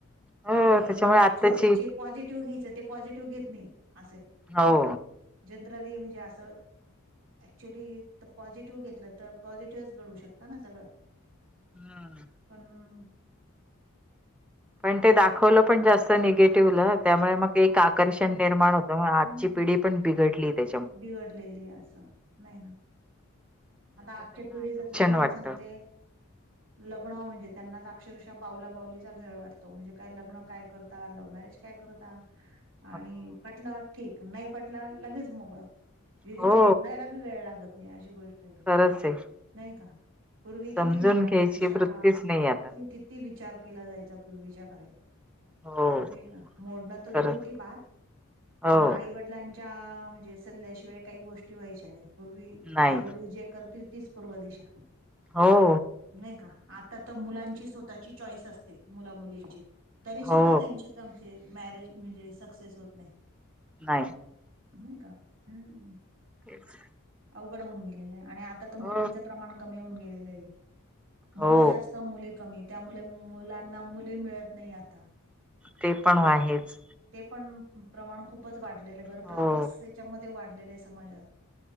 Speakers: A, in the centre; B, on the right.
A: हो
B: आणि
A: त्याच्यामुळे
B: ऍक्च्युली
A: आत्ताची
B: जे पॉझिटिव्ह घ्यायचं, ते पॉझिटिव्ह घेत नाही अस आहे.
A: हो
B: जनरली म्हणजे असं, ऍक्च्युली त पॉझिटिव्ह घेतलं तर, पॉझिटिव्हच घडवू शकता ना सगळं.
A: हम्म
B: पण
A: पण ते दाखवलं पण जास्त निगेटिव्हल, त्यामुळे मग एक आकर्षण निर्माण होतं. त्यामुळं आजची
B: हम्म
A: पिढी पण बिघडलीये त्यांच्यामुळे.
B: बिघडलेली आहे असं नाही ना आता आजच्या पिढीच तर तुम्हांला
A: वाटतं
B: सांगते लग्न म्हणजे त्यांना तर, अक्षरशः बावला-बावलीचा खेळ वाटतो. म्हणजे काय लग्न काय करता, लव्ह मॅरेज काय करता.
A: <inaudible>
B: आणि पटलं ठीक, नाही पटलं लगेच मोकळं. जे तिथे
A: हो
B: मोडायला बी वेळ लागत नाही अशी गोष्ट आहे
A: खरंच आहे.
B: नाही का, पूर्वी
A: समजून
B: किती म्हणजे अक्षरशः
A: घ्यायची वृत्तीच नाही आता
B: किती कि ती विचार केला जायचा पूर्वीच्या काळी.
A: हो
B: नाही ना मोडणं तर
A: खरंच
B: दूर की बात
A: हो
B: पण आईवड डलांच्या म्हणजे सल्ल्याशिवाय काही गोष्टी व्हायंच्या नाहीत पूर्वी
A: नाही
B: आई -वडील, जे करतील तीच 'पूर्व दिशा'.
A: हो..
B: नाही का, आता त मुलांची स्वतःची चॉईस असते मुला- मुलींची. तरी सुुद्धा
A: हो
B: त्यांच्यातले आमचे मॅरेज म्हणजे सक्सेस होत नाहीत.
A: नाही.
B: नाही का, हूं
A: तेच
B: अवघड होऊन गेलेले आहे. आणि आ आता तर
A: हो
B: मुलीचं प्रमाण कमी होऊन गेलेलं आहे.
A: हो
B: मुलं जास्त, मुली कमी त्यामुळे मुलांना मुली मिळत नाही आता
A: ते पण आहेच
B: अस हा ते पण प्रमाण खूपच वाढलेलं आहे, बरं
A: हो
B: प्रत्येक से- च्यामध्ये वाढलेले समाजात